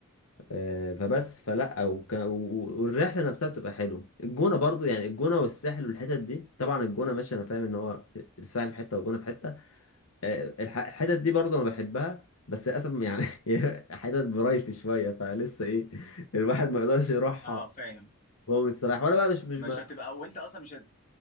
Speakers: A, on the left; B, on the left.
A: آه، فبس فلا وك... و- والرحله نفسها بتبقى حلوه الجونه برضو يعني الجونه والساحل والحتت دي طبعا الجونه ماشي انا فاهم ان هو الساحل في حته والجونه في حته آه، الح- الحتت دي برضه انا بحبها بس للاسف يعني <laughs> هي حتت برايسي شويه فلسه ايه الواحد ما يقدرش يروحها
B: اه فاهم
A: وهو مستريح وانا بقى مش مش
B: مش
A: ما...
B: هتبقى وانت اصلا مش هت...